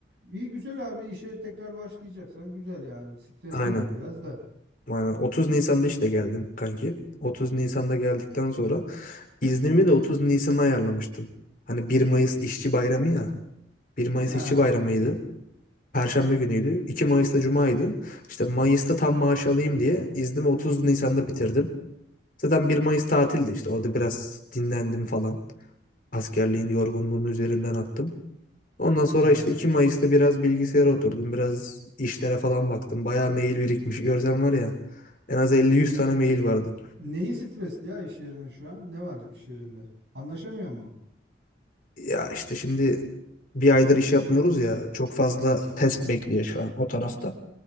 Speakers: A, on the right; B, on the left.
A: iyi güzel abi işe tekrar başlayacaksan güzel yani. Streslidir
B: Aynen.
A: biraz da.
B: Aynen. 30 Nisan'da işte geldim kanki. 30 Nisan'da geldikten sonra iznimi de 30 Nisan'a ayarlamıştım. Hani bir Mayıs İşçi Bayramı ya. Bir Mayıs
A: Ha,
B: İşçi Bayramı'ydı. Perşembe günüydü. 2 Mayıs'ta Cuma'ydı. İşte Mayıs'ta tam maaş alayım diye iznimi 30 Nisan'da bitirdim. Zaten bir Mayıs tatildi işte. Orada biraz dinlendim falan. Askerliğin yorgunluğunu üzerimden attım. Ondan sonra
A: ha.
B: işte 2 Mayıs'ta biraz bilgisayara oturdum. Biraz işlere falan baktım. Bayağı mail birikmiş. Görsen var ya en az 50-100 tane mail vardı.
A: Neyi stresli ya iş yerinin şu an? Ne var iş yerinde? Anlaşamıyor mu?
B: Ya işte şimdi bir aydır iş yapmıyoruz ya. Çok fazla test bekliyor şu an o tarafta.